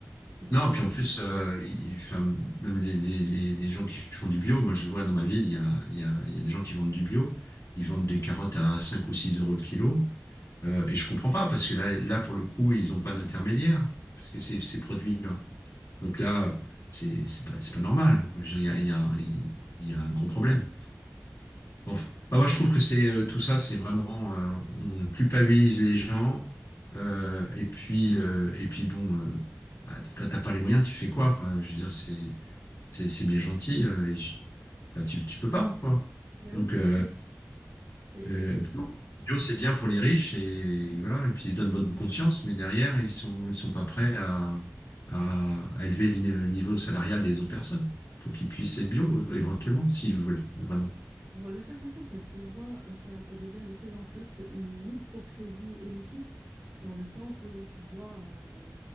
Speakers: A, on the right; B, on the left.
A: Et du
B: Non,
A: coup,
B: puis en plus, euh, il- enfin, même les, les, les- les gens qui font du bio, moi je vois dans ma ville, il y a, il y a, il y a des gens qui vendent du bio, ils vendent des carottes à 5 ou 6 euros le kilo. Euh, et je comprends pas, parce que là, là pour le coup, ils n'ont pas d'intermédiaire, parce que c'est ces produits-là. Donc là, c'est c'est pas, c'est pas normal. Je veux dire, Il y a, il y a- il y a un gros problème. Bon, enfin, moi, je trouve que c'est euh, tout ça, c'est vraiment, euh, on culpabilise les gens. euh, et puis, euh, et puis bon, euh, bah, quand t'as pas les moyens, tu fais quoi, quoi? Je veux dire, c'est c'est c'est bien gentil. euh, et je- bah, tu, tu peux pas, quoi.
A: ben
B: Donc,
A: oui.
B: euh,
A: Et,
B: euh,
A: et-
B: bio, bio, c'est bien pour les riches et voilà, et puis ils se donnent bonne conscience, mais derrière, ils sont, ils sont pas prêts à, à, à élever le ni- niveau salarial des autres personnes pour qu'ils puissent être bio euh, éventuellement, s'ils veulent vraiment.
A: Voilà, j'ai l'impression que ça devient, ça, ça devient de plus en plus une hypocrisie élitiste dans le sens où tu vois euh,